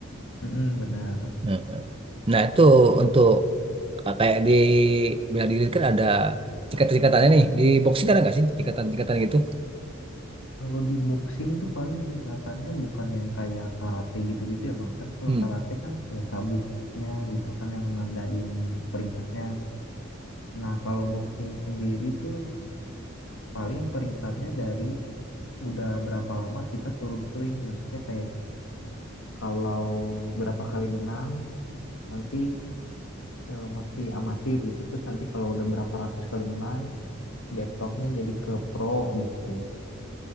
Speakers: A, on the left; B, on the right.
A: Mm-mm, benar
B: Mm. nah itu untuk eh, kayak di bela diri kan ada tingkatan-tingkatannya nih di boxing kan ada nggak sih tingkatan-tingkatan gitu
A: Kalau di boxing tuh paling tingkatannya bukan yang kayak karate gitu-gitu ya Bang. Kan kalau
B: hmm.
A: karate kan kayak sabuknya gitu kan yang nandain peringkatnya. Nah, kalau boxing sendiri tuh paling peringkatnya dari udah berapa lama kita turun sering. Maksudnya kayak kalau berapa kali menang nanti eh, masih amatir gitu. Terus nanti kalau udah berapa ratus kali menang jatuhnya jadi ke pro gitu.